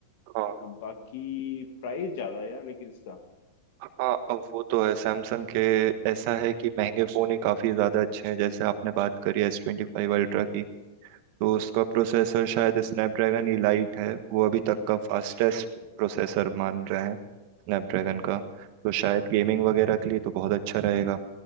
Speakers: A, on the right; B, on the left.
A: हाँ
B: बाकी प्राइस ज्यादा है यार लेकिन इसका
A: हाँ अब वो तो है सैमसंग के ऐसा है कि महंगे फ़ोन ही काफ़ी ज़्यादा अच्छे हैं जैसे आपने बात करी एस ट्वेंटी फाइव अल्ट्रा की तो उसका प्रोसेसर शायद स्नैपड्रैगन इलाइट है वो अभी तक का फास्टेस्ट प्रोसेसर मान रहे हैं स्नैपड्रैगन का तो शायद गेमिंग वगैरह के लिए तो बहुत अच्छा रहेगा